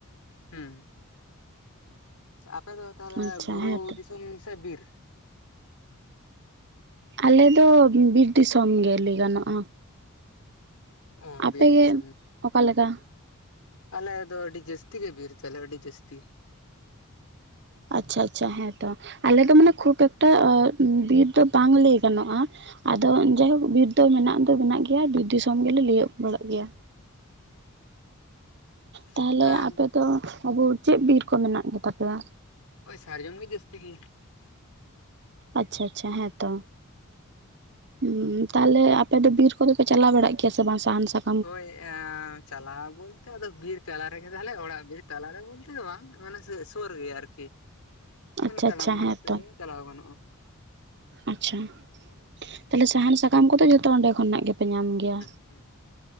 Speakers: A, on the left (about 80°); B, on the right (about 50°).
A: ᱦᱩᱸ᱾ ᱟᱯᱮ ᱫᱚ ᱛᱟᱦᱚᱞᱮ
B: ᱟᱪᱪᱷᱟ
A: ᱵᱩᱨᱩ
B: ᱦᱮᱸᱛᱚ
A: ᱫᱤᱥᱚᱢ ᱥᱮ ᱵᱤᱨ?
B: ᱟᱞᱮ ᱫᱚ ᱵᱤᱨ ᱫᱤᱥᱚᱢ ᱜᱮ ᱞᱟᱹᱭ ᱜᱟᱱᱚᱜᱼᱟ᱾
A: ᱚ
B: ᱟᱯᱮ
A: ᱵᱤᱨ
B: ᱜᱮ
A: ᱫᱤᱥᱚᱢ
B: ᱚᱠᱟ ᱞᱮᱠᱟ?
A: ᱟᱞᱮ ᱫᱚ ᱟᱹᱰᱤ ᱡᱟᱹᱥᱛᱤ ᱜᱮ ᱵᱤᱨ ᱛᱟᱞᱮ, ᱟᱹᱰᱤ ᱡᱟᱹᱥᱛᱤ᱾
B: ᱟᱪᱪᱷᱟ ᱟᱪᱪᱷᱟ, ᱦᱮᱸᱛᱚ᱾ ᱟᱞᱮ ᱫᱚ ᱢᱟᱱᱮ ᱠᱷᱩᱯ ᱮᱠᱴᱟ ᱚᱜ ᱵᱤᱨ ᱫᱚ ᱵᱟᱝ ᱞᱟᱹᱭ ᱜᱟᱱᱚᱜᱼᱟ᱾ ᱟᱫᱚ ᱡᱟᱭᱦᱳᱠ ᱵᱤᱨ ᱫᱚ ᱢᱮᱱᱟᱜ ᱫᱚ ᱢᱮᱱᱟᱜ ᱜᱮᱭᱟ ᱵᱤᱨ ᱫᱤᱥᱚᱢ ᱜᱮᱞᱮ ᱞᱟᱹᱭᱚᱜ ᱵᱟᱲᱟᱜ ᱜᱮᱭᱟ᱾ ᱛᱟᱦᱞᱮ
A: ᱦᱮᱸ
B: ᱟᱯᱮ ᱫᱚ ᱟᱵᱚ ᱪᱮᱜ ᱵᱤᱨ ᱠᱚ ᱢᱮᱱᱟᱜ ᱜᱮᱛᱟ ᱯᱮᱭᱟ?
A: ᱦᱳᱭ, ᱥᱟᱨᱡᱚᱢ ᱜᱮ ᱡᱟᱹᱥᱛᱤ ᱜᱮᱭᱟ᱾
B: ᱟᱪᱪᱷᱟ ᱟᱪᱪᱷᱟ ᱦᱮᱸ ᱛᱚ᱾ ᱩᱸ ᱛᱟᱦᱚᱞᱮ ᱟᱯᱮ ᱫᱚ ᱵᱤᱨ ᱠᱚᱫᱚ ᱯᱮ ᱪᱟᱞᱟᱣ ᱵᱟᱲᱟᱜ ᱜᱮᱭᱟ ᱥᱮ ᱵᱟᱝ ᱥᱟᱦᱟᱱ ᱥᱟᱠ
A: ᱦᱳᱭ ᱮᱸᱻ᱾ ᱪᱟᱞᱟᱣ ᱵᱚᱞᱛᱮ ᱟᱫᱚ ᱵᱤᱨ ᱛᱟᱞᱟ ᱨᱮᱜᱮ ᱛᱟᱞᱮ ᱚᱲᱟᱜ ᱵᱤᱨ ᱛᱟᱞᱟᱨᱮ ᱵᱚᱞᱛᱮ ᱫᱚ ᱵᱟᱝ, ᱢᱟᱱᱮ ᱥᱮ ᱥᱩᱨ ᱜᱮᱭᱟ ᱟᱨᱠᱤ᱾
B: <inaudible>
A: ᱢᱟᱱᱮ ᱛᱟᱲᱟᱢ
B: ᱦᱮᱸᱛᱚ
A: ᱛᱮᱜᱮ ᱪᱟᱞᱟᱣ ᱜᱟᱱᱚᱜᱼᱟ᱾
B: ᱟᱪᱪᱷᱟ᱾ ᱛᱟᱦᱞᱮ ᱥᱟᱦᱟᱱ ᱥᱟᱠᱟᱢ ᱠᱚᱫᱚ ᱡᱚᱛᱚ ᱚᱸᱰᱮ ᱠᱷᱚᱱᱟᱜ ᱜᱮᱯᱮ ᱧᱟᱢ ᱜᱮᱭᱟ᱾
A: ᱦᱩᱸ᱾